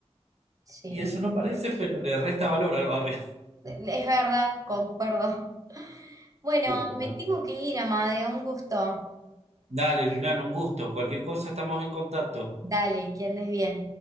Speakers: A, on the right (about 30°); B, on the right (about 75°).
A: sí.
B: Y eso no parece, pero le resta valor al barrio. <laughs>
A: Es verdad, concuerdo. <laughs> Bueno,
B: Sí, total.
A: me tengo que ir, Amadeo, un gusto.
B: Dale, Julián, un gusto. Cualquier cosa estamos en contacto.
A: Dale, que andes bien.